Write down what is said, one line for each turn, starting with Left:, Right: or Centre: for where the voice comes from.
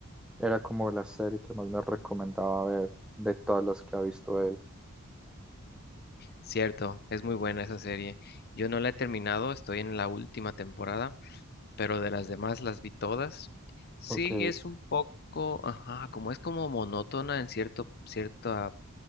Centre: era como la serie que más me recomendaba ver de todas las que ha visto él.
Left: Cierto, es muy buena esa serie. Yo no la he terminado, estoy en la última temporada, pero de las demás las vi todas. Sí,
Centre: Ok,
Left: es un poco, ajá, como es como monótona en cierto, cierta,